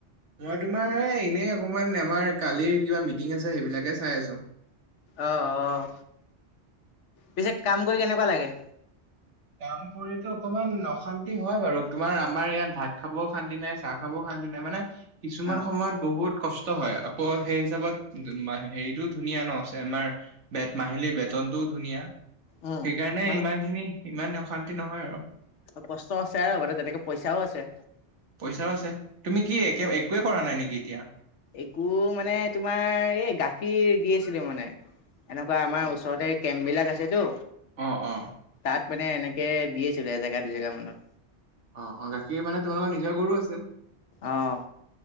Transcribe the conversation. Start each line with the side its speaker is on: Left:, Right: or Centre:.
Right: মই তোমাৰ এ এনেই অকমান আমাৰ কালিৰ কিবা মি মিটিং আছে সেইবিলাকে চাই আছো
Left: অ', অ', পিছে কাম কৰি কেনেকুৱা লাগে?
Right: কাম কৰিতো অকমান অশান্তি হয় বাৰু তোমাৰ আমাৰ ইয়াত ভাত খাবও অ শান্তি নাই চাহ খাব অ শান্তি নাই। কিছুমান
Left: অ',
Right: সময়ত বহুত কষ্ট, হয় আকৌ সেই হিচাপত হেৰিটো ধুনীয়া ন আমাৰ বেত মাহিলীৰ বেতনটো ধুনীয়া সেইকাৰণে
Left: উম মানে
Right: ইমান খিনি ইমান অশান্তি নহয় আৰু
Left: কষ্ট আছে আৰু বাৰু তেনেকে পইচাও আছে
Right: পইচাও আছে তুমি কি এক একোৱে কৰা নাই নেকি এতিয়া?
Left: একো মানে তোমাৰ এই গাখীৰ দি আছিলে মানে এনেকুৱা আমাৰ
Right: অ
Left: ওচৰতে কেম্প বিলাক আছেতো
Right: অ অ
Left: তাত মানে এনেকে দিছিলে এজেগা দুজেগা মানত
Right: আহ অ গাখীৰ মানে তোমালোকৰ নিজৰ গৰু আছে‌।
Left: অ',